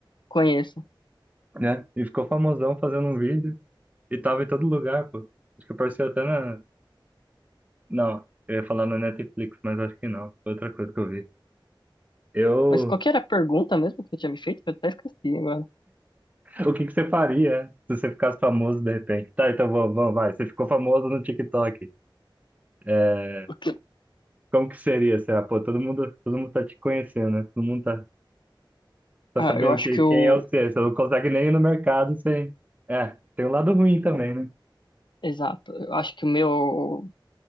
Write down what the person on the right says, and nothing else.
né? Ele ficou famosão fazendo um vídeo e tava em todo lugar, pô. Acho que apareceu até na. Não, eu ia falar na Netflix, mas acho que não. Foi outra coisa que eu vi. Eu.
O que que você faria se você ficasse famoso de repente? Tá, então vamos, vamos, vai. Você ficou famoso no TikTok. É...
Como que seria? Você, ah, pô, todo mundo, todo mundo tá te conhecendo, né? Todo mundo tá, tá
sabendo
que,
quem
é você. Você não consegue nem ir no mercado sem. É, tem um lado ruim também, né?